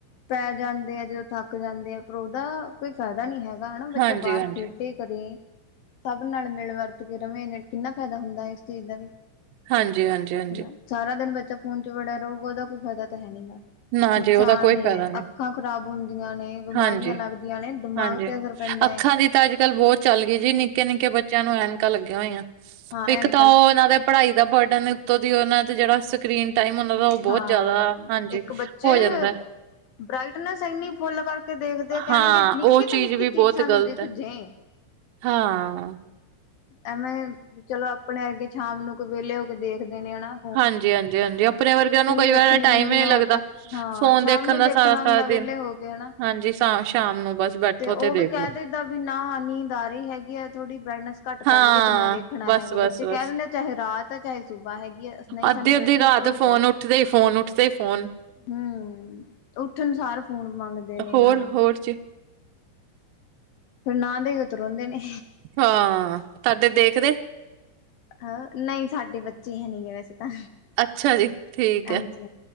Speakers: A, on the left; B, on the right.
A: ਪੈ ਜਾਂਦੇ ਆ, ਜਦੋਂ ਥੱਕ ਜਾਂਦੇ ਆ ਪਰ ਉਦਾ ਕੋਈ ਫਾਇਦਾ ਨੀ ਹੈਗਾ ਹੈਨਾ ਬੱਚਾ
B: ਹਾਂਜੀ,
A: ਬਾਰ
B: ਹਾਂਜੀ,
A: ਖੇਡੇ। ਕਰੇ ਸਭ ਨਾਲ ਮਿਲ ਵਰਤ ਕੇ ਰਵੇ ਕਿੰਨਾ ਫਾਇਦਾ ਹੁੰਦਾ ਏ ਇਸ ਚੀਜ਼ ਦਾ ਵੀ।
B: ਹਾਂਜੀ-ਹਾਂਜੀ-ਹਾਂਜੀ।
A: ਹਨਾ ਸਾਰਾ ਦਿਨ ਬੱਚਾ ਫੋਨ ਚ ਵੜਿਆ ਰਓਗਾ ਉਦਾ ਕੋਈ ਫਾਇਦਾ ਤਾਂ ਹੈਨੀ ਗਾ।
B: ਨਾ
A: ਨੁਕਸਾਨ
B: ਜੀ ਉਹਦਾ ਕੋਈ
A: ਹੀ
B: ਫਾਇਦਾ
A: ਹੈ।
B: ਨੀ।
A: ਅੱਖਾਂ ਖ਼ਰਾਬ ਹੁੰਦੀਆਂ ਨੇ, ਬਿਮਾਰੀਆਂ
B: ਹਾਂਜੀ,
A: ਲੱਗਦੀਆਂ ਨੇ, ਦਿਮਾਗ
B: ਹਾਂਜੀ।
A: ਤੇ ਅਸਰ ਪੈਂਦਾ
B: ਅੱਖਾਂ
A: ਹੈ
B: ਦੀ ਤਾਂ ਅੱਜ-ਕੱਲ੍ਹ ਬਹੁਤ ਚੱਲ ਗਈ ਜੀ ਨਿੱਕੇ-ਨਿੱਕੇ ਬੱਚਿਆਂ ਨੂੰ ਐਨਕਾਂ ਲੱਗੀਆਂ ਹੋਈਆਂ।
A: ਹਾਂਂ,
B: ਇੱਕ
A: ਐਨ
B: ਉਹਨਾਂ ਦੇ ਪੜ੍ਹਾਈ ਦਾ ਬਰਡਨ ਉੱਤੋਂ ਦੀ ਉਹਨਾਂ ਦੇ ਜਿਹੜਾ ਸਕਰੀਨ ਟਾਈਮ ਉਨਾਂ ਦਾ ਉ ਬਹੁਤ
A: ਹਾਂ
B: ਜ਼ਿਆਦਾ, ਹਾਂਜੀ।
A: ਇੱਕ ਬੱਚੇ
B: ਹੋ ਜਾਂਦਾ
A: ਬਰਾਈਟਨੈਸ ਇੰਨੀ ਫੁੱਲ ਕਰਕੇ ਦੇਖਦੇ ਕਹਿਣਗੇ
B: ਹਾਂ
A: ਨਿੱਕੀ
B: ਉਹ
A: ਤੋਂ ਨਿੱਕੀ
B: ਵੀ
A: ਚੀਜ਼
B: ਬਹੁਤ
A: ਸਾਨੂੰ
B: ਗ਼ਲਤ
A: ਦਿਖ
B: ਹੈ
A: ਜਾਏ।
B: ਹਾਂ।
A: ਐਵੇਂ ਚਲੋ ਆਪਣੇ ਅੱਗੇ ਸ਼ਾਮ ਨੂੰ ਕੋ ਵੇਲੇ ਹੋ ਕੇ ਦੇਖਦੇ ਨੇ ਹੈਨਾ।
B: ਹਾਂਜੀ-ਹਾਂਜੀ। ਹਾਂਜੀ-ਹਾਂਜੀ, ਆਪਣੇ ਵਰਗਿਆਂ ਨੂੰ ਕਈ
A: ਵੇਖਣੀ
B: ਵਾਰ ਟਾਈਮ
A: ਹੁੰਦੀ
B: ਹੀ
A: ਆ
B: ਨੀ ਲੱਗਦਾ
A: ਹੋਰ ਤੱਕ ਹਾਂ
B: ਫੋਨ
A: ਸ਼ਾਮ
B: ਦੇਖਣ
A: ਨੂੰ
B: ਦਾ
A: ਦੇਖਣਾ
B: ਸਾਰਾ
A: ਹੁੰਦਾ
B: ਸਾਰਾ
A: ਵਿਹਲੇ
B: ਦਿਨ।
A: ਹੋ ਕੇ ਹਨਾ
B: ਹਾਂਜੀ। ਤਾਂ ਸ਼ਾਮ ਨੂੰ ਬਸ ਬੈਠੋ
A: ਤੇ ਉਹ
B: ਦੇਖਲੋ
A: ਵੀ ਕਹਿ ਦਈਦਾ ਤੇ ਉਹ ਵੀ ਕਹਿ ਦਿੰਦਾ ਵੀ ਨਾ ਨੀਂਦ ਆ ਰਹੀ ਹੈਗੀ
B: ਹਾਂ।
A: ਜਿੰਨਾ ਵੇਖ ਰੱਖਣਾ
B: ਬਸ-ਬਸ,
A: ਹੈਗਾ। ਬੱਚੇ
B: ਬਸ
A: ਕਹਿ ਦਿੰਦੇ ਆ ਚਾਹੇ ਰਾਤ ਹੈ ਚਾਹੇ ਸੁਬਾਹ ਹੈਗੀ। ਹੈ ਨਹੀਂ
B: ਅੱਧੀ-ਅੱਧੀ
A: ਸਾਨੂੰ ਬ੍ਰਟਨ
B: ਰਾਤ
A: ਫੁੱਲ
B: ਫੋਨ ਉੱਠਦੇ ਹੀ, ਫੋਨ ਉੱਠਦੇ, ਫੋਨ
A: ਹੂੰ, ਉੱਠਣੁਸਾਰ ਫੋਨ ਮੰਗਦੇ। ਨੇ
B: ਹੋਰ-ਹੋਰ
A: ਹਾਂ
B: ਚੇ
A: ਫਿਰ ਨਾਂ ਦਿਓ ਤੇ ਰੋਂਦੇ ਨੇ।
B: ਹਾਂ, ਤੁਹਾਡੇ ਦੇਖਦੇ?
A: ਹਾ, ਨਈ ਸਾਡੇ ਬੱਚੇ ਹੈਨੀਗੇ ਵੈਸੇ ਤਾਂ।
B: ਅੱਛਾ ਜੀ। ਠੀਕ
A: ਹਾਂਜੀ
B: ਹੈ,